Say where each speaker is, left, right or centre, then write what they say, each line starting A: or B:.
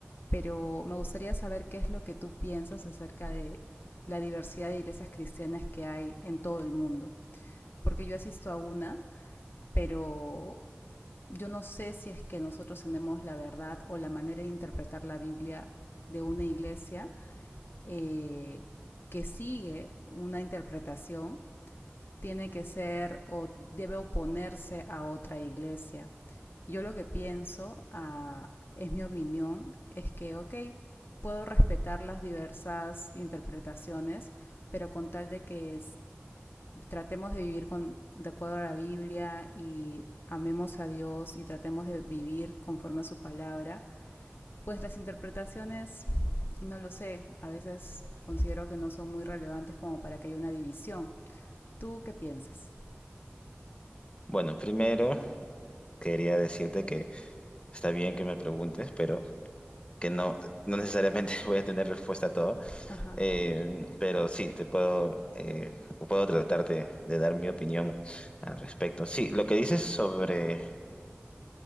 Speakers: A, on the left (about 55°); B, on the left (about 25°).
A: pero me gustaría saber qué es lo que tú piensas acerca de la diversidad de iglesias cristianas que hay en todo el mundo. porque yo asisto a una, pero yo no sé si es que nosotros tenemos la verdad o la manera de interpretar la Biblia de una iglesia eh, que sigue una interpretación, tiene que ser o debe oponerse a otra iglesia. Yo lo que pienso, ah, es mi opinión, es que, ok, puedo respetar las diversas interpretaciones, pero con tal de que tratemos de vivir con, de acuerdo a la Biblia y amemos a Dios y tratemos de vivir conforme a su palabra, pues las interpretaciones, no lo sé, a veces considero que no son muy relevantes como para que haya una división. ¿Tú qué piensas?
B: Bueno, primero quería decirte que está bien que me preguntes, pero que no, no necesariamente <laughs> voy a tener respuesta a todo,
A: Ajá.
B: Eh, pero sí, te puedo, eh, puedo tratarte de dar mi opinión al respecto. Sí, lo que dices sobre...